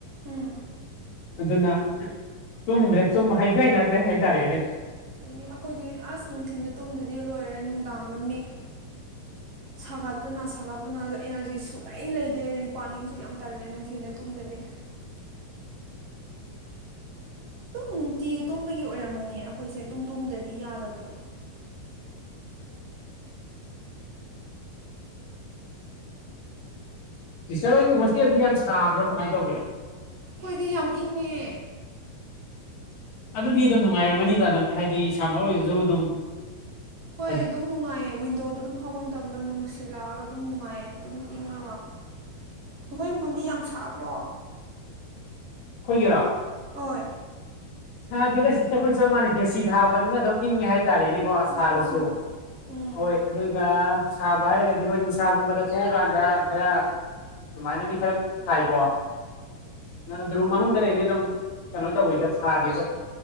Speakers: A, on the right; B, on the left.
A: ꯎꯝ꯫
B: ꯑꯗꯨꯅ ꯇꯨꯝꯗ꯭ꯔꯦ ꯁꯨꯝ ꯍꯩꯁꯨ ꯍꯩꯅꯗ꯭ꯔꯦ ꯍꯥꯏꯇꯥꯔꯦꯅꯦ꯫
A: ꯏ ꯑꯈꯣꯏꯗꯤ ꯑꯁ ꯅꯨꯡꯊꯤꯟꯗꯨ ꯇꯨꯝꯗꯗꯤ ꯂꯣꯏꯔꯦ ꯅꯨꯡꯗꯥꯡꯗ ꯃꯤꯛ ꯁꯥꯒꯠꯄꯅ ꯁꯥꯒꯠꯄꯅ ꯑꯦꯅꯔꯖꯤ ꯁꯨꯛꯂꯩ ꯂꯩꯇꯦ ꯔꯤꯄꯥꯅꯤꯡꯁꯨ ꯌꯥꯝ ꯇꯜꯂꯦ ꯅꯨꯡꯊꯤꯟꯗ ꯇꯨꯝꯗꯗꯤ ꯅꯨꯡꯇꯤ ꯇꯨꯝꯕꯒꯤ ꯑꯣꯏꯔꯝꯒꯅꯦ ꯑꯩꯈꯣꯏꯁꯦ ꯑꯗꯨꯨꯝ ꯇꯨꯝꯗꯗꯤ ꯌꯥꯗꯕꯗꯣ
B: ꯏꯆꯦ ꯍꯣꯏꯒꯤ ꯍꯣꯁꯇꯦꯜꯗꯤ ꯌꯥꯝ ꯁꯥꯕ꯭ꯔꯣ ꯀꯃꯥꯏꯟ ꯇꯧꯒꯦ
A: ꯑꯈꯣꯏꯗꯤ ꯌꯥꯝ ꯏꯪꯉꯦ
B: ꯑꯗꯨꯗꯤ ꯑꯗꯨꯝ ꯅꯨꯡꯉꯥꯏꯔꯝꯒꯅꯤꯗ ꯑꯗꯨꯝ ꯍꯥꯏꯗꯤ ꯁꯥꯝꯃꯔ ꯍꯣꯏꯔꯁꯨ ꯑꯗꯨꯝ
A: ꯍꯣꯏ
B: ꯑꯥ
A: ꯑꯗꯨꯝ ꯅꯨꯡꯉꯥꯏꯌꯦ ꯋꯤꯟꯗꯣꯗ ꯑꯗꯨꯝ ꯐꯝꯕ ꯃꯇꯝꯗ ꯅꯨꯡꯁꯤꯠ ꯂꯥꯛꯑꯒ ꯑꯗꯨꯝ ꯅꯨꯡꯉꯥꯏꯌꯦ ꯑꯗꯨꯝ ꯏꯪꯉꯒ ꯅꯈꯣꯏ ꯃꯐꯝꯗꯤ ꯌꯥꯝ ꯁꯥꯕ꯭ꯔꯣ
B: ꯑꯈꯣꯏꯒꯤꯔꯣ
A: ꯍꯣꯏ
B: ꯁꯥꯗꯦꯗ ꯁꯤꯁꯇꯔ ꯑꯩꯈꯣꯏ ꯆꯞ ꯃꯥꯟꯅꯩ ꯑꯦ꯬ꯁꯤ ꯊꯥꯕꯅꯤꯅ ꯑꯗꯨꯝ ꯏꯪꯉꯦ ꯍꯥꯏꯇꯥꯔꯦꯅꯦ ꯀꯣ
A: ꯑꯣ
B: ꯁꯥꯔꯁꯨ
A: ꯑꯣ ꯎꯝ
B: ꯍꯣꯏ ꯑꯗꯨꯒ ꯁꯥꯕ ꯍꯥꯏꯔꯒꯗꯤ ꯍꯣꯏ ꯅꯨꯡꯁꯥꯒꯨꯝꯕꯗ ꯊꯣꯛꯑꯀꯥꯟꯗ ꯈꯔ ꯑꯗꯨꯃꯥꯏꯅꯗꯤ ꯈꯔ ꯁꯥꯏꯀꯣ ꯅ ꯗꯔꯨꯝ ꯃꯅꯨꯡꯗ ꯂꯩꯔꯗꯤ ꯑꯗꯨꯝ ꯀꯩꯅꯣ ꯇꯧꯋꯤꯗ ꯁꯥꯗꯦꯗ